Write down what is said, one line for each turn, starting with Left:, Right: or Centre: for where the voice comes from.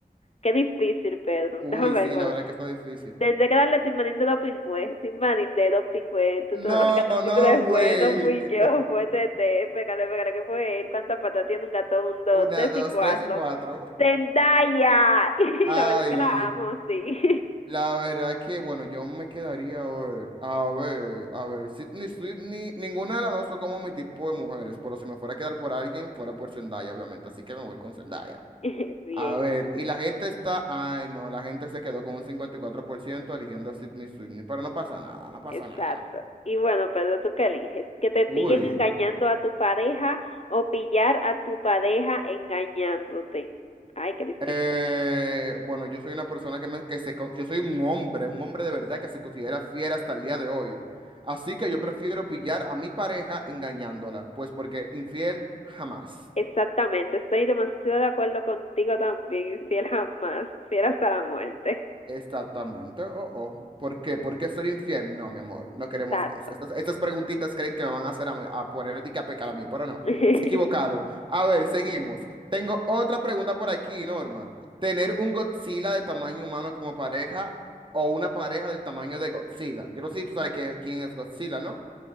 Left: qué difícil, perdón.
Right: uy,
Left: <laughs> Déjame ver,
Right: sí,
Left: bueno,
Right: la verdad que está difícil.
Left: tendré que darle Timarín de los pingües, Timarín de los pingües, tú
Right: No,
Left: te <laughs>
Right: no,
Left: tú te la
Right: güey.
Left: fue, no fui
Right: <laughs>
Left: yo, fue Tete, pégale, pégale, que fue él, cuántas patas tiene un gato, un, dos,
Right: Una,
Left: tres
Right: dos,
Left: y cuatro.
Right: tres y cuatro.
Left: Zendaya, <laughs> y
Right: Ay,
Left: la verdad que la amo, sí.
Right: la verdad que, bueno, yo me quedaría a ver, a ver, a ver, Sydney Sweeney, ninguna de las dos son como mi tipo de mujeres, pero si me fuera a quedar por alguien, fuera por Zendaya, obviamente, así que me voy con Zendaya.
Left: <laughs> Bien.
Right: A ver, y la gente está, ay no, la gente se quedó con un 54% eligiendo a Sydney Sweeney, pero no pasa nada, no pasa
Left: Exacto.
Right: nada.
Left: Y bueno, pero ¿tú qué eliges? ¿Que te pillen
Right: Uy,
Left: engañando a tu pareja o pillar a tu pareja engañándote? Ay, qué difícil.
Right: eh, bueno, yo soy una persona que, me, que se, con- yo soy un hombre, un hombre de verdad que se considera fiel hasta el día de hoy. Así que yo prefiero pillar a mi pareja engañándola, pues porque infiel jamás.
Left: Exactamente, estoy demasiado de acuerdo contigo también, fiel jamás, fiel hasta la muerte.
Right: Exactamente. Oh, oh. ¿Por qué? ¿Por qué ser infiel? No, mi amor, no queremos
Left: Exacto.
Right: eso. Estas, estas preguntitas creen que me van a hacer a, mí- a poner de que a pecar a mí, pero no.
Left: <laughs>
Right: Se equivocaron. A ver, seguimos. Tengo otra pregunta por aquí, Norma. ¿Tener un Godzilla de tamaño humano como pareja o una pareja del tamaño de Godzilla? Yo no sé si tú sabes que- quién es Godzilla, ¿no?